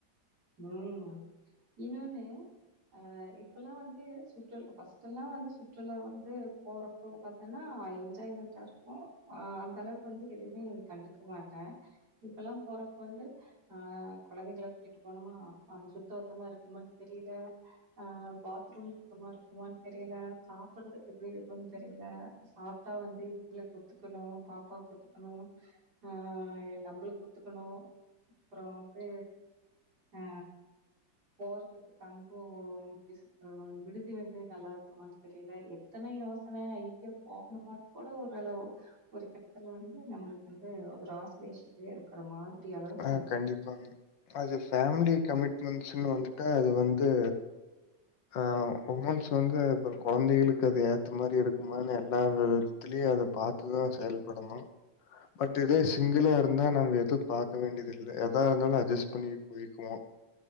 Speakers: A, on the right; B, on the left.
A: ம் இன்னோன்னு அ இப்பெல்லா வந்து சுற்ற ஃபஸ்ட்டெல்லா வந்து சுற்றுலா வந்து போறப் போ பாத்தன்னா என்ஜாய்மெண்டா இருக்கு அ அந்தளவுக்கு வந்து எதுமே கண்டுக்க மாட்டே இப்பெல்லா போறப்போ வந்து அ கொழந்தைகள கூட்டி ட்டு போனமா அங்க சுத்த பத்தமா இருக்குமான் தெரியில அ பாத்ரூம் சுத்தமா இருக்குமான்னு தெரியில சாப்பறதுக்கு எப்டி இருக்குன் தெரியில சாப்டா வந்து இவுங்களுக்கு ஒத்துக்கணு பாப்பாவ்க்கு ஒத்துக்கணு அ நம்பளுக் ஒத்துக்கணு அப்றோ வந்து அ போறதுக்கு தங்கோ எப்டி அ விடுதி வந்து நல்லா இருக்குமான் தெரியில எத்தன யோசன எங்க போகணுமா கூட ஓரளவு ஒரு கட்டத்துல வந்து நம்மளுக்கு வந்து ஒரு ஆசுவேஷேன்லே இருக் கற மாரி அளவுக்கு
B: ஆ
A: வந்ரு
B: <unintelligible> அது ஃபேமிலி கமிட்மெண்ட்ஸுனு வந்துட்டா அது வந்து அ வுமன்ஸ் வந்து இப்ப கொழந்தைகளுக்கு அது ஏத்த மாரி இருக்குமானு எல்லா வித திலியு அத பாத்துதா செயல்படணு பட் இதே சிங்களா இருந்தா நம்ம எது பாக்க வேண்டியதில்ல எதா இருந்தாலு அட்ஜஸ் பண்ணி போய்க்குவோ